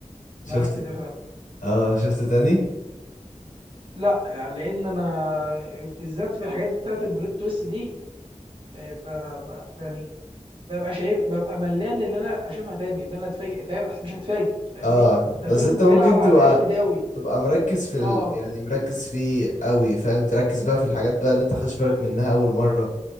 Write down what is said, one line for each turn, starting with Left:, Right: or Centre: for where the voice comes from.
Left: شفت
Right: معاك في ده فعلا
Left: اه شفته تاني
Right: لا يعني لان انا بالذات في الحاجات بتاعت البلوت تويست دي آه، ب... ب... يعني ببقى شايف ببقى ملان اللي انا اشوفها تاني اللي انا اتفاجئ فاهم أصل مش هتفاجئ فاهمني
Left: اه بس
Right: ده الفيلم
Left: انت ممكن
Right: بيلعب
Left: تبقى
Right: على الحتة دي قوي
Left: تبقى مركز في ال...
Right: اه
Left: يعني مركز فيه قوي فاهم تركز بقى في الحاجات بقى اللي انت خدش بالك منها اول مرة